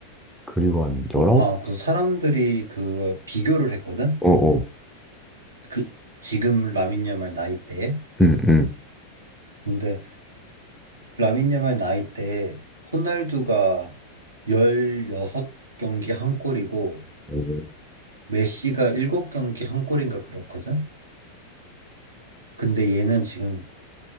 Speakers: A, in the centre; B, on the right.
A: 그리고 한
B: 어,
A: 19?
B: 아, 그 사람들이 그 비교를 했거든?
A: 어, 어,
B: 그, 지금 라민 야말 나이 때에.
A: 응, 응.
B: 근데 라민 야말 나이 때에 호날두가 16경기 한 골이고
A: 어,
B: 메시가 7경기 한 골인가 그렇거든? 근데 얘는 지금